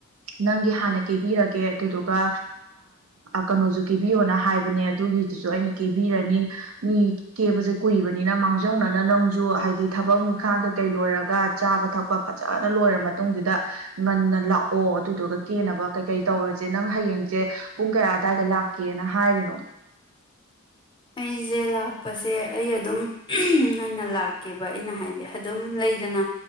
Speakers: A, on the right (about 80°); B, on the left (about 25°).
A: ꯅꯪꯒꯤ ꯍꯥꯟꯅ ꯀꯦꯕꯤꯔꯒꯦ ꯑꯗꯨꯗꯨꯒ ꯀꯩꯅꯣꯁꯨ ꯀꯦꯕꯤꯌꯣꯅ ꯍꯥꯏꯕꯅꯦ ꯑꯗꯨꯒꯤꯗꯨꯁꯨ ꯑꯩꯅ ꯀꯦꯕꯤꯔꯅꯤ ꯃꯤ ꯀꯦꯕꯁꯦ ꯀꯨꯏꯕꯅꯤꯅ ꯃꯥꯡꯖꯧꯅꯅ ꯅꯪꯁꯨ ꯍꯥꯏꯗꯤ ꯊꯕꯛ ꯏꯪꯈꯥꯡ ꯀꯩꯀꯩ ꯂꯣꯏꯔꯒ ꯆꯥꯕ ꯊꯛꯄ ꯐꯖꯅ ꯂꯣꯏꯔ ꯃꯇꯨꯡꯗꯨꯗ ꯉꯟꯅ ꯂꯥꯛꯑꯣ ꯑꯗꯨꯗꯨꯒ ꯀꯦꯅꯕ ꯀꯩꯀꯩ ꯇꯧꯔꯁꯦ ꯅꯪ ꯍꯌꯦꯡꯁꯦ ꯄꯨꯡ ꯀꯌꯥ ꯑꯗꯨꯋꯥꯏꯗ ꯀꯦꯅ ꯍꯥꯏꯔꯤꯅꯣ
B: ꯑꯩꯁꯦ ꯂꯥꯛꯄꯁꯦ ꯑꯩ ꯑꯗꯨꯝ ꯉꯟꯅ ꯂꯥꯛꯀꯦꯕ ꯑꯩꯅ ꯍꯥꯏꯗꯤ ꯑꯗꯨꯝ ꯂꯩꯗꯅ